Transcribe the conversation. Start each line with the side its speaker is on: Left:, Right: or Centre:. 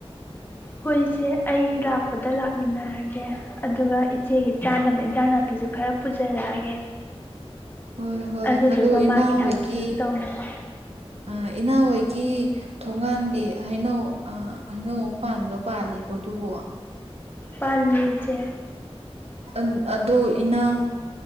Left: ꯍꯣꯏ ꯏꯆꯦ ꯑꯩ ꯂꯥꯛꯄꯗ ꯂꯥꯛꯃꯤꯟꯅꯔꯒꯦ ꯑꯗꯨꯒ ꯏꯆꯦꯒꯤ ꯆꯥꯅꯕ ꯏꯟꯖꯥꯡ ꯅꯥꯄꯤ ꯄꯤꯁꯨ ꯈꯔ ꯄꯨꯖꯔꯛꯑꯒꯦ
Right: ꯍꯣꯏ ꯍꯣꯏ
Left: ꯑꯗꯨꯗꯨꯒ
Right: ꯑꯗꯨ ꯏꯅꯥꯎ
Left: ꯃꯥꯒꯤ ꯊꯕꯛꯁꯤꯁꯨ
Right: ꯍꯣꯏꯒꯤ
Left: ꯇꯧꯅꯕ
Right: ꯑ ꯏꯅꯥꯥꯎ ꯍꯣꯏꯒꯤ ꯊꯣꯡꯒꯥꯟꯒꯤ ꯍꯩꯅꯧ ꯑ ꯍꯩꯅꯧ ꯑꯃ ꯄꯥꯟꯕꯗꯣ ꯄꯥꯜꯂꯤꯕꯣ ꯑꯗꯨꯕꯨ
Left: ꯄꯥꯜꯂꯤ ꯏꯆꯦ
Right: ꯑ ꯑꯗꯨ ꯑꯗꯨ ꯏꯅꯥꯎ